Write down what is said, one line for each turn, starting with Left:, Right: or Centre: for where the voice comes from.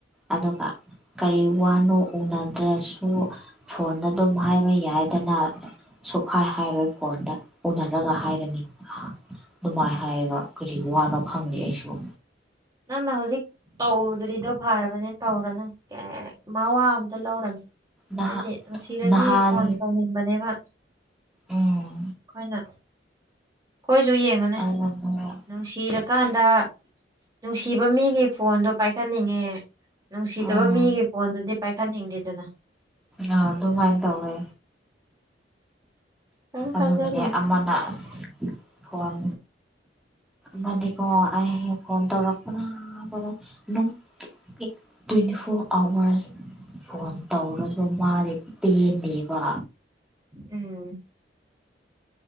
Centre: ꯑꯗꯨꯒ ꯀꯔꯤ ꯋꯥꯅꯣ ꯎꯅꯗ꯭ꯔꯁꯨ ꯐꯣꯟꯗ ꯑꯗꯨꯝ ꯍꯥꯏ ꯌꯥꯏꯗꯅ ꯁꯨꯍꯥꯏ ꯍꯥꯏꯔꯣꯏ ꯐꯣꯟꯗ ꯎꯅꯔꯒ ꯍꯥꯏꯒꯅꯤ ꯗꯨꯃꯥꯏ ꯍꯥꯏꯌꯦꯕ ꯀꯔꯤ ꯋꯥꯅꯣ
Right: ꯎꯝ
Centre: ꯈꯪꯗꯦ ꯑꯩꯁꯨ
Right: ꯅꯪꯅ ꯍꯧꯖꯤꯛ ꯇꯧꯗ꯭ꯔꯤꯗꯣ ꯐꯔꯕꯅꯦ ꯇꯧꯔꯅꯨ ꯀꯥꯌꯦ ꯃꯋꯥ ꯑꯝꯇ ꯂꯧꯔꯅꯨ
Centre: ꯅꯍꯥꯟ
Right: ꯍꯥꯏꯗꯤ ꯅꯨꯡꯁꯤꯔꯗꯤ
Centre: ꯅꯍꯥꯟ
Right: ꯐꯣꯟ ꯇꯧꯅꯤꯡ ꯕꯅꯦꯕ ꯑꯩꯈꯣꯏꯅ
Centre: ꯎꯝ
Right: ꯈꯣꯏꯁꯨ ꯌꯦꯡꯉꯣꯅꯦ
Centre: <unintelligible>
Right: ꯅꯨꯡꯁꯤꯔꯀꯥꯟꯗ ꯅꯨꯡꯁꯤꯕ ꯃꯤꯒꯤ ꯐꯣꯟꯗꯣ ꯄꯥꯏꯈꯠꯅꯤꯡꯉꯦ ꯅꯨꯡꯁꯤꯗꯕ
Centre: ꯎꯝ
Right: ꯃꯤꯒꯤ ꯐꯣꯟꯗꯨꯗꯤ ꯄꯥꯏꯈꯠꯅꯤꯡꯗꯦꯗꯅ
Centre: ꯑ ꯑꯗꯨꯃꯥꯏꯅ ꯇꯧꯋꯦ
Right: ꯀꯔꯤꯝ ꯈꯟꯖꯜꯂꯨꯅꯨ
Centre: ꯑꯗꯨꯒꯅꯦ ꯑꯃꯅ ꯑꯁ ꯐꯣꯟ ꯃꯥꯗꯤꯀꯣ ꯑꯍꯤꯡ phone ꯇꯧꯔꯛꯄꯅ <unintelligible> twenty four hours phone ꯇꯧꯔꯁꯨ ꯃꯥꯗꯤ ꯄꯦꯟꯗꯦꯕ
Right: ꯎꯝ